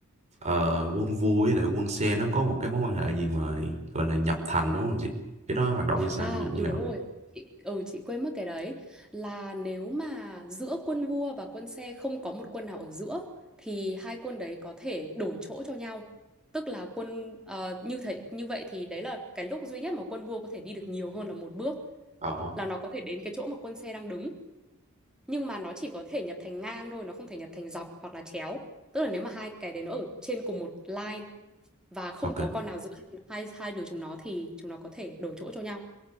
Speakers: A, on the right; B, in the centre.
A: ờ, quân vua với lại quân xe nó có một cái mối quan hệ gì mà gọi là nhập thành đúng không chị? Cái đó hoạt động như sao
B: À,
A: như, như
B: ừ
A: nào
B: đúng
A: không?
B: rồi. Chị, ừ chị quên mất cái đấy là nếu mà giữa quân vua và quân xe không có một quân nào ở giữa thì hai quân đấy có thể đổi chỗ cho nhau. Tức là quân ờ, như thế như vậy thì đấy là cái lúc duy nhất mà quân vua có thể đi được nhiều hơn là một bước
A: Ờ,
B: là nó có thể đến cái chỗ mà quân xe đang đứng nhưng mà nó chỉ có thể nhập thành ngang thôi nó không thể nhập thành dọc hoặc là chéo tức là nếu mà hai cái đấy nó ở trên cùng một line và không
A: Ok.
B: có con nào giữa hai, hai hai đứa chúng nó thì chúng nó có thể đổi chỗ cho nhau